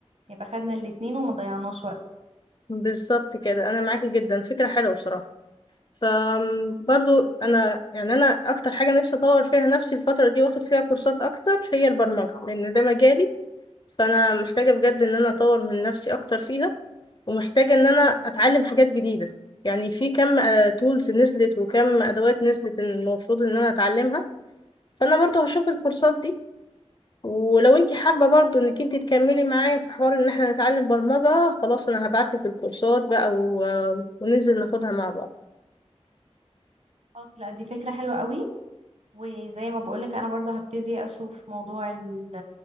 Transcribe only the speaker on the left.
فبالظبط كده أنا معاكي جدا فكرة حلوة بصراحة فبرضو انا يعني انا اكتر حاجه نفسي اطور فيها نفسي الفتره دي واخد فيها كورسات اكتر هي البرمجه لان ده مجالي فانا محتاجه بجد ان انا اطور من نفسي اكتر فيها ومحتاجه ان انا اتعلم حاجات جديده يعني في كم تولز نزلت وكم ادوات نزلت المفروض ان انا اتعلمها فانا برضو هشوف الكورسات دي ولو انت حابه برضو انك انت تكملي معايا في حوار ان احنا نتعلم برمجه خلاص انا هبعتلك الكورسات بقى و... آه، وننزل ناخدها مع بعض